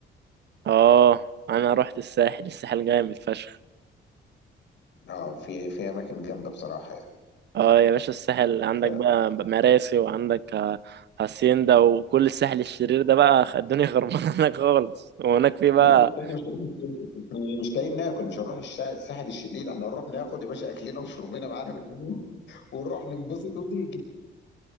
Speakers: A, on the right; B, on the left.
A: اه أنا رحت الساحل الساحل جامد فشخ
B: اه في في اماكن جامدة بصراحة يعني
A: اه يا باشا الساحل عندك
B: ف... لا
A: بقى مراسي وعندك آه، هاسيندا وكل الساحل الشرير ده بقى الدنيا خربانه <laughs> هناك خالص وهناك في بقى
B: بس احنا مش هنروح الساحل. إحنا مش لاقيين ناكل مش هنروح الش- الساحل الشليل احنا هنروح ناخد يا باشا اكلنا وشربنا معانا بالليل <laughs> ونروح ننبسط ونيجي